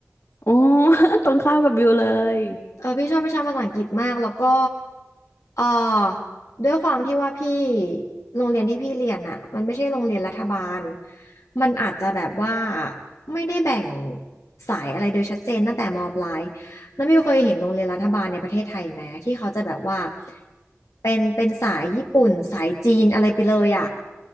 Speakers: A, on the left; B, on the left.
A: โอ้ <laughs> ตรงข้ามกับบิวเลย
B: เออพี่ชอบวิชาภาษาอังกฤษมากแล้วก็เออด้วยความที่ว่าพี่โรงเรียนที่พี่เรียนอ่ะมันไม่ใช่โรงเรียนรัฐบาลมันอาจจะแบบว่าไม่ได้แบ่งสายอะไรโดยชัดเจนตั้งแต่มปลายน้องมิวเคยเห็นโรงเรียนรัฐบาลในประเทศไทยไหมที่เขาจะแบบว่าเป็นเป็นสายญี่ปุ่นสายจีนอะไรไปเลยอ่ะ